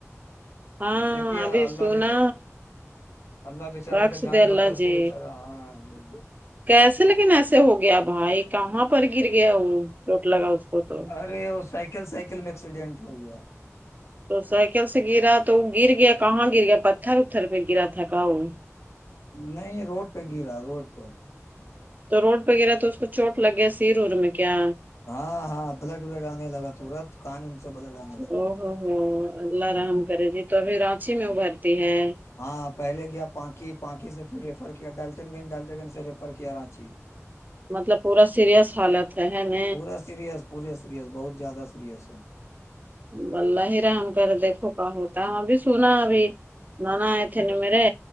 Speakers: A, on the right; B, on the left.
A: ہاں
B: دیکھیے
A: ابھی
B: اللہ
A: سنا
B: ب اللہ بچارے
A: رقص
B: کا جان
A: دے اللہ
B: بکاس
A: جی
B: کے بیچارے ہاں ہ ب
A: کیسے لیکن ایسے ہو گیا بھائی کہاں پر گر گیا وہ چوٹ لگا اس کو تو
B: ارے ا سائل ل سائیکل میں ایکسیڈنٹ ہو گیا
A: تو سائیکل سے گرا تو گر گیا کہاں گر گیا پتھر اتھر پہ گرا تھا کہ وہ
B: نہیں روڈ پہ گرا روڈ پہ
A: تو روڈ وغیرہ تو اس کو چوٹ لگ گیا سیر ار میں کیا
B: ہاں ہاں بلڈ ولڈ آنے لگا تورت قانون سے بلڈ آنے لگا
A: او ہو ہو اللہ رحم کرے جی تو ابھی رانچی
B: ہوں
A: میں ابھرتی ہے
B: ہاں پہلے گیا پانکی پانکی سے پھر ریفر کیا ڈالچن گنج ڈالچن گنج سے ریفر کیا رانچی
A: مطلب پورا سیریئس حالت ہے ہے ن
B: پورا سیریس پوریے سیریس بہت زیادہ سیریس ہے
A: بلہ ہی رام کر دیکھو کا ہوتا ہے ابھی سنا ابھی نانا آئے تھے نا میرے